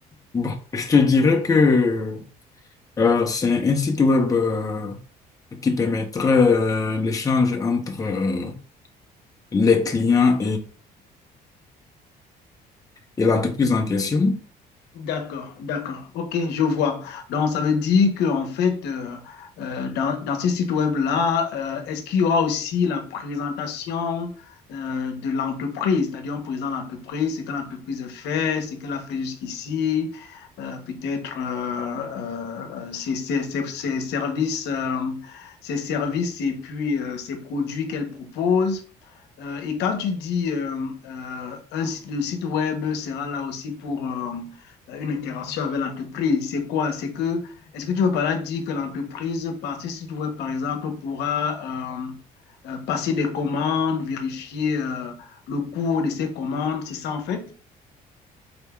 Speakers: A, on the left; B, on the left.
A: bon, je te dirais que euh, c'est un site web euh, qui permettrait euh, l'échange entre euh, les clients et l'entreprise en question.
B: D'accord, d'accord. Ok, je vois. Donc, ça veut dire qu'en fait, euh, euh, dans, dans ce site web-là, euh, est-ce qu'il y aura aussi la présentation euh, de l'entreprise? C'est-à-dire, on présente l'entreprise, ce que l'entreprise a fait, ce qu'elle a fait jusqu'ici, euh, peut-être euh, euh, ses, ses- ses- ses services, euh, ses services et puis euh, ses produits qu'elle propose. Euh, et quand tu dis euh, euh, un site, le site web sera là aussi pour... euh, euh, une interaction avec l'entreprise. C'est quoi? C'est que, est-ce que tu veux par là dire que l'entreprise, par si tu veux, par exemple, pourra euh, euh, passer des commandes, vérifier euh, le cours de ces commandes, c'est ça en fait?